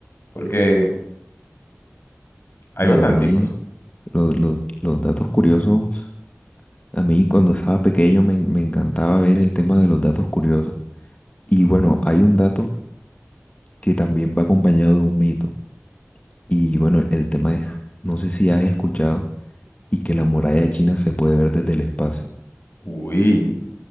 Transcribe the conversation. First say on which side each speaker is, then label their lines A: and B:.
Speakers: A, on the left; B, on the left.
A: porque hay
B: Mira,
A: bastanticos.
B: a mí, los, los, los datos curiosos, a mí cuando estaba pequeño me, en- me encantaba ver el tema de los datos curiosos. Y bueno, hay un dato que también va acompañado de un mito. Y bueno, el tema es, no sé si has escuchado, y que la muralla china se puede ver desde el espacio.
A: Uy,